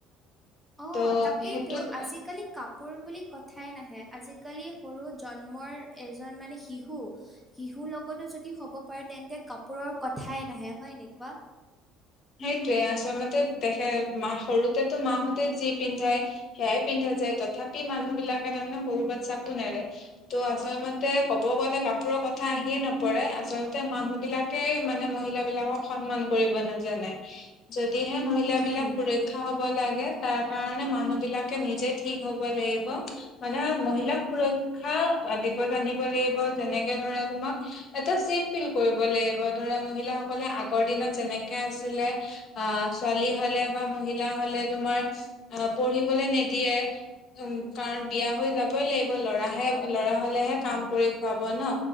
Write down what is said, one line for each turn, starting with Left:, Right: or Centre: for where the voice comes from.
Centre: অ',
Left: ত'
Centre: তাকেইতো
Left: সেইটোতে
Centre: আজিকালি কাপোৰ বুলি কথাই নাহে আজি-কালি সৰু জন্মৰ এজন মানে শিশু শিশুৰ লগতো যদি হ'ব পাৰে তেন্তে কাপোৰৰ কথাই নাহে হয় নে কোৱা।
Left: সেইটোৱে আচলতে দেখে মা সৰুতেতো মাহঁতে যি পিন্ধাই সেয়াই পিন্ধা যায় তথাপি মানুহবিলাকে তাৰমানে সৰু বাচ্ছাকো নেৰে। ত' আচলতে কব গ'লে কাপোৰৰ কথা আহিয়ে নপৰে আচলতে মানুহ বিলাক কে মানে মহিলা বিলাকক সন্মান কৰিব নযা- যানে যদিহে মহিলা
Centre: উম।
Left: বিলাক সুৰক্ষা হব লাগে তাৰ কাৰণে মানুহ বিলাকে নিজে ঠিক হ'ব লাগিব। মানে মহিলাক সুৰক্ষা দিব জানিব লাগিব যেনেকে ধৰা তোমাক এটা চেফ ফিল কৰিব লাগিব ধৰা মহিলা সকলে আগৰ দিনত যেনে- কেনেকে আছিলে আ ছোৱালী হ'লে বা মহিলা হ'লে তোমাৰ অ পঢ়িবলে নিদিয়ে। উম কাৰণ বিয়া হৈ যাবই লাগিব লৰাহে ল'ৰা হলেহে কাম কৰি খুৱাব ন।